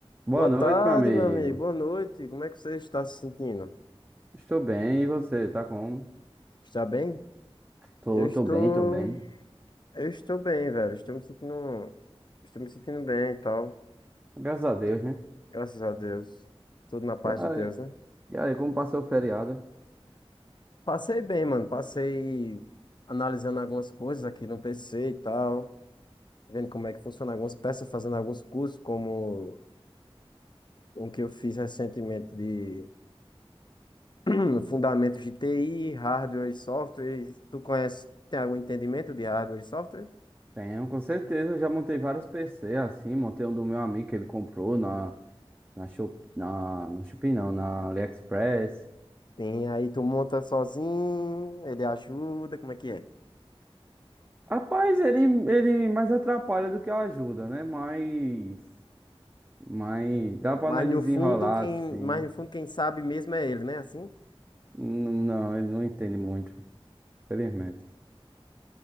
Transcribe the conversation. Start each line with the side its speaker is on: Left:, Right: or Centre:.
Right: Boa
Left: Boa
Right: noite,
Left: tarde,
Right: meu amigo.
Left: meu amigo. Boa noite. Como é que você está se sentindo?
Right: Estou bem, e você? Tá como?
Left: Está bem?
Right: Tô,
Left: Eu estou,
Right: tô bem, tô bem.
Left: eu estou bem, velho. Estou me sentindo, estou me sentindo bem e tal.
Right: Graças a Deus, né?
Left: Graças a Deus. Tudo na paz
Right: E aí,
Left: de Deus, né?
Right: e aí, como passou o feriado?
Left: Passei bem, mano. Passei analisando algumas coisas aqui no PC e tal, vendo como é que funciona algumas peças, fazendo alguns cursos, como um que eu fiz recentemente de <clears throat> fundamentos de TI, hardware e software. Tu conhece, tem algum entendimento de hardware e software?
Right: Tenho, com certeza. Eu já montei vários PC assim. Montei um do meu amigo que ele comprou na, na, Shop, na, no Shopee, não, na AliExpress.
Left: Tem, aí tu monta sozinho, ele ajuda, como é que é?
Right: Rapaz, ele, ele mais atrapalha do que ajuda, né? Mas, mas dá pra
Left: Mas
Right: nós
Left: no
Right: desenrolar
Left: fundo, quem,
Right: assim.
Left: mas no fundo, quem sabe mesmo é ele, né? Assim?
Right: N- Não, ele não entende muito, infelizmente.